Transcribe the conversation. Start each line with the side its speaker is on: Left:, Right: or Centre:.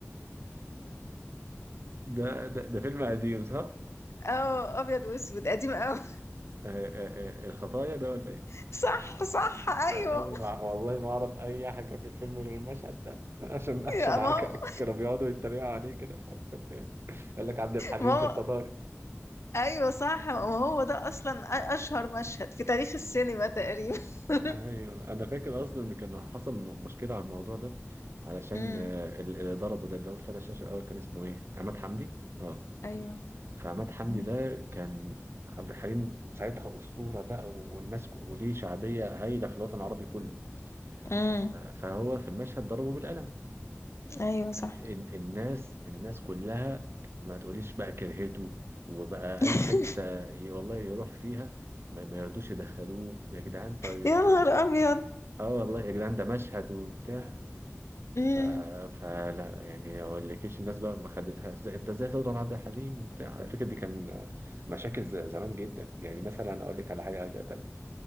Right: ده ده ده فيلم قديم صح؟
Left: اه أبيض وأسود قديم أوي
Right: آه، آه، آه، الخطايا ده ولا ايه؟
Left: <laughs> صح صح أيوه
Right: انا أم- والله ما اعرف اي حاجه في الفيلم غير المشهد ده <laughs> عشان عشان
Left: يا
Right: ع-
Left: ما هو
Right: ك- كانوا بيقعدوا يتريقوا عليه كده في الحلقة التانية. يقول لك عبد الحليم
Left: ما هو
Right: في الخطايا
Left: أيوه صح ما هو ده أصلا أ- أشهر مشهد في تاريخ السينما تقريبا <laughs>
Right: ايوه انا فاكر اصلا ان كان حصل م- مشكله على الموضوع ده علشان
Left: امم
Right: آه، ال- اللي ضربه ده اللي هو فتح الشاشه الاول كان اسمه ايه عماد حمدي اه
Left: أيوه
Right: فعماد حمدي
Left: امم
Right: ده كان عبد الحليم ساعتها اسطوره بقى و- والناس ك- وليه شعبيه هايله في الوطن العربي كله
Left: أمم،
Right: ف- فهو في المشهد ضربه بالقلم
Left: أيوه صح
Right: ال- الناس الناس كلها ما تقوليش بقى كرهته وبقى اي
Left: <laughs>
Right: حته ي- والله يروح فيها ما ما يرضوش يدخلوه يا جدعان طيب
Left: يا نهار
Right: ده اه والله يا جدعان ده مشهد وبتاع
Left: أبيض
Right: ف... فلا يعني ما اقولكيش الناس بقى ما خدتها ازاي انت ازاي تضرب عبد الحليم وبتاع على فكره دي كان مشاكل ز... زمان جدا يعني مثلا اقول لك على حاجه تانية